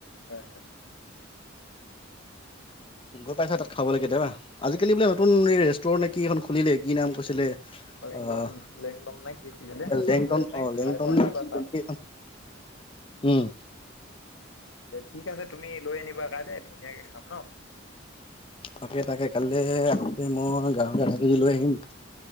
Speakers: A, on the left; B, on the left.
A: হয় হয়।
B: গৈ পাইছা তাত খাবলে কেতিয়াবা? আজিকালি বোলে নতুন এই ৰেষ্টুৰেণ্ট নে কি এখন খুলিলে, কি নাম কৈছিলে?
A: লেংদন,
B: আহ
A: লেংডম নে কি খুলিলে? হয়
B: লেংটন
A: হয়, নাই
B: অ লেংটন
A: খাই পোৱা
B: নে
A: নাই বাওঁ
B: কি
A: তাত।
B: তেনেকে এখন উম
A: দে ঠিক আছে তুমি লৈ আনিবা কাইলৈ, ধুনীয়াকে খাম ন?
B: তাকে তাকে, কাইলে মই গাহৰি আধা কেজি লৈ আহিম।